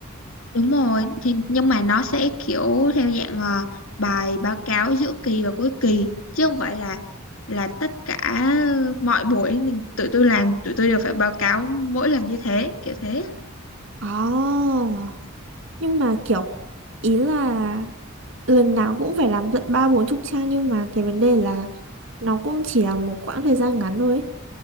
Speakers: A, on the left; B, on the right.
A: đúng rồi thì nhưng mà nó sẽ kiểu theo dạng ờ, bài báo cáo giữa kỳ và cuối kỳ chứ không phải là là tất cả mọi buổi mình tụi tôi làm tụi tôi đều phải báo cáo mỗi lần như thế kiểu thế
B: Oh, nhưng mà kiểu ý là lần nào cũng phải làm tận ba bốn chục trang nhưng mà cái vấn đề là nó cũng chỉ là một quãng thời gian ngắn thôi. ấy.